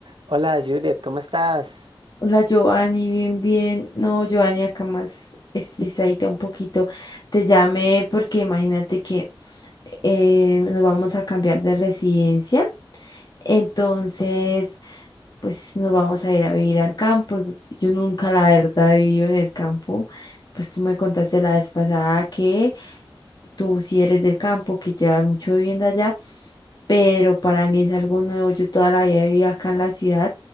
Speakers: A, on the right (about 65°); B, on the left (about 50°).
A: Hola Juliet, ¿cómo estás?
B: Hola Giovanni, bien, bien. No, Giovanni, acá más estresadita un poquito. Te llamé porque imagínate que eh, nos vamos a cambiar de residencia. Entonces, pues nos vamos a ir a vivir al campo. y Yo nunca, la verdad, he vivido en el campo. Pues tú me contaste la vez pasada que tú sí eres del campo, que llevas mucho viviendo allá pero para mí es algo nuevo. Yo toda la vida viví acá en la ciudad